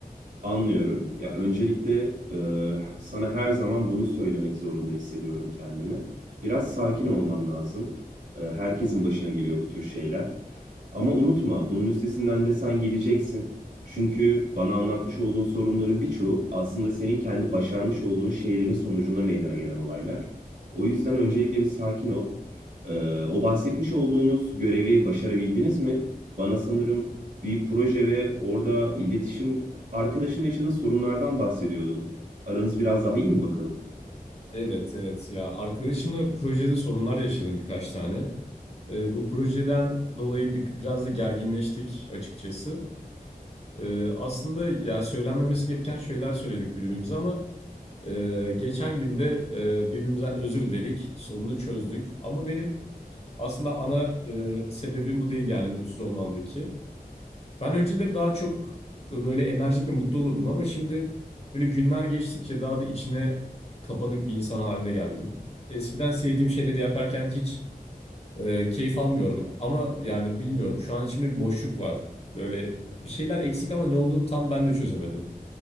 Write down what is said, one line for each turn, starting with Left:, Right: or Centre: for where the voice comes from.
Right: Anlıyorum. Ya öncelikle e, sana her zaman bunu söylemek zorunda hissediyorum kendimi. Biraz sakin olman lazım. E, herkesin başına geliyor bu tür şeyler. Ama unutma, bunun üstesinden de sen geleceksin. Çünkü bana anlatmış olduğun sorunların birçoğu aslında senin kendi başarmış olduğun şeylerin sonucunda meydana gelen olaylar. O yüzden öncelikle bir sakin ol. Ee, o bahsetmiş olduğunuz görevi başarabildiniz mi? Bana sanırım bir proje ve orada iletişim arkadaşınla yaşadığın sorunlardan bahsediyordun. Aranız biraz daha iyi mi bakalım?
Left: Evet evet ya arkadaşımla projede sorunlar yaşadım birkaç tane. Ee, bu projeden dolayı bir- biraz da gerginleştik açıkçası. Ee, aslında ya söylenmemesi gereken şeyler söyledik birbirimize ama e, geçen günde e, birbirimizden özür diledik, sorunu çözdük. Ama benim aslında ana e, sebebim bu değil yani mutsuz olmamdaki. Ben önceleri daha çok e, böyle enerjik ve mutlu olurdum ama şimdi böyle günler geçtikçe daha da içine kapanık bir insan haline geldim. Eskiden sevdiğim şeyleri yaparken hiç e, keyif almıyorum ama yani bilmiyorum şu an içimde bir boşluk var. Böyle bir şeyler eksik ama ne olduğunu tam ben de çözemedim.